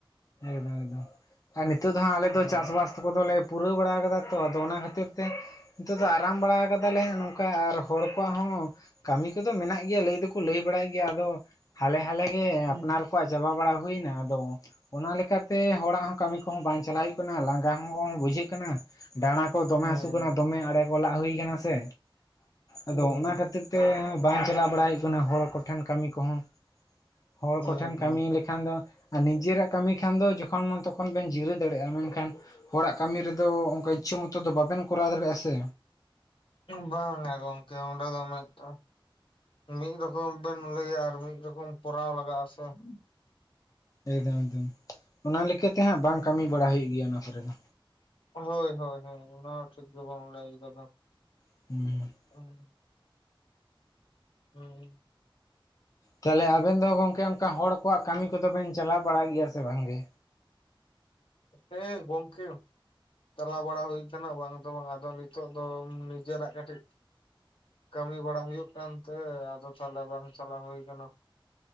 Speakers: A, on the left; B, on the left.
A: ᱮᱠᱫᱚᱢ ᱮᱠᱫᱚᱢ᱾ ᱟᱨ ᱱᱤᱛᱳᱜ ᱫᱚ ᱦᱟᱸᱜ ᱟᱞᱮᱚ
B: ᱦᱩᱸ
A: ᱫᱚ ᱪᱟᱥᱵᱟᱥ ᱠᱚᱫᱚᱞᱮ ᱯᱩᱨᱟᱹᱣ ᱵᱟᱲᱟ ᱠᱟᱫᱟ ᱛᱚ, ᱟᱫᱚ ᱚᱱᱟ ᱠᱷᱟᱛᱤᱨ ᱛᱮ ᱱᱤᱛᱚᱜ ᱫᱚ ᱟᱨᱟᱢ ᱵᱟᱲᱟ ᱠᱟᱫᱟᱞᱮ ᱦᱟᱸᱜ ᱱᱚᱝᱠᱟ, ᱟᱨ ᱦᱚᱲ ᱠᱚᱣᱟᱜ ᱦᱚᱸ ᱠᱟᱢᱤ ᱠᱚ ᱫᱚ ᱢᱮᱱᱟᱜ ᱜᱮᱭᱟ ᱞᱟᱹᱭ ᱫᱚ ᱠᱚ ᱞᱟᱹᱭ ᱵᱟᱲᱟᱭᱮᱫ ᱜᱮᱭᱟ, ᱟᱫᱚ ᱦᱟᱞᱮ ᱦᱟᱞᱮ ᱜᱮ
B: ᱦᱩᱸ
A: ᱟᱯᱱᱟᱨ ᱠᱚᱣᱟᱜ ᱪᱟᱵᱟ ᱵᱟᱲᱟ ᱦᱩᱭᱱᱟ ᱟᱫᱚ, ᱚᱱᱟ ᱞᱮᱠᱟ ᱛᱮ ᱦᱚᱲᱟᱜ ᱦᱚᱸ ᱠᱟᱹᱢᱤ ᱠᱚᱦᱚᱸ ᱵᱟᱝ ᱪᱟᱞᱟᱜᱣ ᱦᱳᱭᱳᱜ ᱠᱟᱱᱟ᱾ ᱞᱟᱸᱜᱟ ᱦᱚᱸ ᱵᱩᱡᱷᱟᱹᱜ ᱠᱟᱱᱟ᱾ ᱰᱟᱬᱟ ᱠᱚ ᱫᱚᱢᱮ
B: ᱦᱩᱸ
A: ᱦᱟᱹᱥᱩ ᱠᱟᱱᱟ ᱫᱚᱢᱮ ᱟᱲᱮ ᱚᱞᱟᱜ ᱦᱩᱭ ᱠᱟᱱᱟ ᱥᱮ᱾ ᱟᱫᱚ
B: ᱦᱩᱸ
A: ᱚᱱᱟ ᱠᱷᱟᱹᱛᱤᱨ ᱛᱮ ᱵᱟᱝ ᱪᱟᱞᱟᱣ ᱵᱟᱲᱟ ᱦᱩᱭᱩᱜ ᱠᱟᱱᱟ ᱦᱚᱲ ᱠᱚᱴᱷᱮᱱ ᱠᱟᱢᱤ ᱠᱚᱦᱚᱸ᱾ ᱦᱚᱲ
B: ᱦᱩᱸ
A: ᱠᱚᱴᱷᱮᱱ ᱠᱟᱢᱤ ᱞᱮᱠᱷᱟᱱ ᱫᱚ, ᱟᱨ ᱱᱤᱡᱮᱨᱟᱜ ᱠᱟᱢᱤ ᱠᱷᱟᱱ ᱫᱚ ᱡᱚᱠᱷᱚᱱ ᱢᱚᱱ ᱛᱚᱠᱷᱚᱱ ᱵᱮᱱ ᱡᱤᱨᱟᱹᱣ ᱫᱟᱲᱮᱭᱟᱜᱼᱟ, ᱢᱮᱱᱠᱷᱟᱱ ᱦᱚᱲᱟᱜ ᱠᱟᱢᱤ ᱨᱮᱫᱚ ᱚᱱᱠᱟ ᱤᱪᱪᱷᱟᱹ ᱢᱚᱛᱚ ᱫᱚ ᱵᱟᱵᱮᱱ ᱠᱚᱨᱟᱣ ᱫᱟᱲᱮᱭᱟᱜᱼᱟ ᱥᱮ
B: ᱵᱟᱝᱟ ᱜᱚᱝᱠᱮ ᱚᱸᱰᱮ ᱫᱚ ᱢᱤᱫᱴᱟᱝ ᱢᱤᱫ ᱨᱚᱠᱚᱢ ᱵᱮᱱ ᱞᱟᱹᱭᱟ ᱾ ᱢᱤᱫ ᱨᱚᱠᱚᱢ ᱠᱚᱨᱟᱣ ᱞᱟᱜᱟᱣ ᱟᱥᱮ ᱾
A: ᱮᱠᱫᱚᱢ ᱮᱠᱫᱚᱢ ᱚᱱᱟ ᱞᱮᱠᱟᱛᱮ ᱦᱟᱸᱜ ᱵᱟᱝ ᱠᱟᱹᱢᱤ ᱵᱟᱲᱟ ᱦᱩᱭᱩᱜ ᱜᱮᱭᱟ ᱚᱱᱟ ᱯᱚᱨᱮ ᱫᱚ
B: ᱦᱳᱭ ᱦᱳᱭ ᱦᱳᱭ ᱚᱱᱟ ᱦᱚᱸ ᱴᱷᱤᱠ ᱫᱚ ᱵᱟᱝ ᱞᱟᱹᱭ ᱠᱟᱫᱟ ᱫᱚ
A: <inaudible>
B: <inaudible> <inaudible>
A: ᱛᱟᱦᱚᱞᱮ ᱟᱵᱮᱱ ᱫᱚ ᱜᱚᱝᱠᱮ ᱚᱱᱠᱟ ᱦᱚᱲ ᱠᱚᱣᱟᱜ ᱠᱟᱹᱢᱤ ᱠᱚᱫᱚ ᱵᱮᱱ ᱪᱟᱞᱟᱣ ᱵᱟᱲᱟᱭ ᱜᱮᱭᱟ ᱥᱮ ᱵᱟᱝᱜᱮ?
B: ᱦᱮ ᱜᱚᱝᱠᱮ ᱪᱟᱞᱟᱣ ᱵᱟᱲᱟ ᱦᱩᱭ ᱟᱠᱟᱱᱟ ᱵᱟᱝ ᱫᱚ ᱵᱟᱝ ᱟᱫᱚ ᱱᱤᱛᱚᱜ ᱫᱚ ᱱᱤᱡᱮᱨᱟᱜ ᱠᱟᱹᱴᱤᱡ ᱠᱟᱹᱢᱤ ᱵᱟᱲᱟ ᱦᱩᱭᱩᱜ ᱠᱟᱱᱛᱮ ᱟᱫᱚ ᱛᱟᱦᱚᱞᱮ ᱵᱟᱝ ᱪᱟᱞᱟᱣ ᱦᱩᱭ ᱟᱠᱟᱱᱟ ᱾